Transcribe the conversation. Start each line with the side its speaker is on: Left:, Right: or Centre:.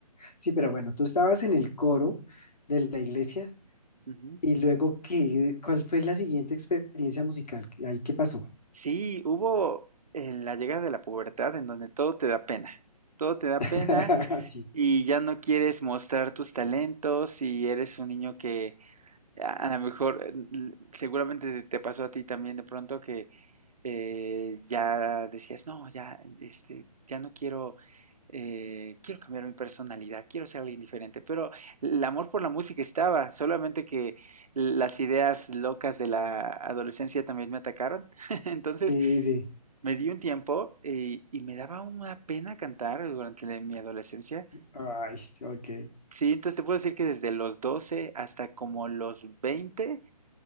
Left: sí, pero bueno, tú estabas en el coro de la iglesia
Right: Ujú.
Left: y luego, ¿qué, cuál fue la siguiente experiencia musical? ¿Ahí qué pasó?
Right: Sí, hubo eh, la llegada de la pubertad en donde todo te da pena, todo te da
Left: <laughs>
Right: pena y ya no quieres mostrar tus talentos y eres un niño que A a lo mejor, eh, l- seguramente te te pasó a ti también de pronto que eh, ya decías, no, ya, este, ya no quiero, eh, quiero cambiar mi personalidad, quiero ser alguien diferente. Pero el amor por la música estaba, solamente que las ideas locas de la adolescencia también me atacaron. <laughs> Entonces
Left: Sí, sí, sí.
Right: me di un tiempo y, y me daba una pena cantar durante la- mi adolescencia.
Left: Ay, sí, ok.
Right: Sí, entonces te puedo decir que desde los 12 hasta como los 20